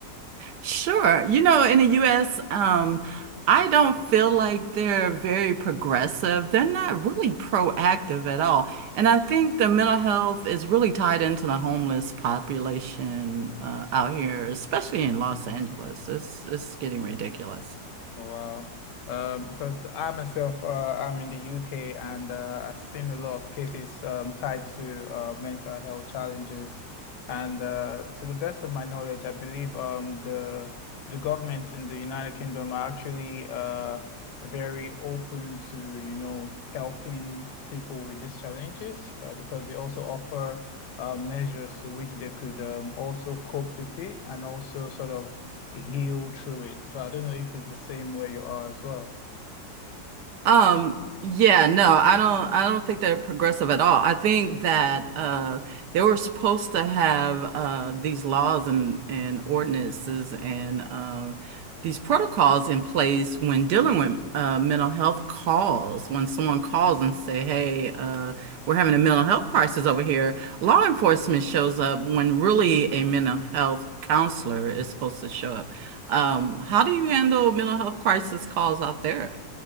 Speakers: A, on the right; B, on the left.
A: Sure. You know, in the US, um, I don't feel like they're very progressive. They're not really proactive at all. And I think the mental health is really tied into the homeless population uh, out here, especially in Los Angeles. It's it's getting ridiculous.
B: Oh, Wow. Um, because I myself, uh, I'm in the UK and uh, I've seen a lot of cases um, tied to uh, mental health challenges. And uh, to the best of my knowledge, I believe um, the the government in the United Kingdom are actually uh, very open to, you know, helping people with these challenges uh, because they also offer uh, measures to which they could um, also cope with it and also sort of heal through it. So I don't know if it's the same where you are as well.
A: Um, yeah, no, I don't I don't think they're progressive at all. I think that uh they were supposed to have uh these laws and and ordinances and um these protocols in place when dealing with uh mental health calls. When someone calls and say, "Hey, uh we're having a mental health crisis over here." Law enforcement shows up when really a mental health counselor is supposed to show up. Um, how do you handle mental health crisis calls out there?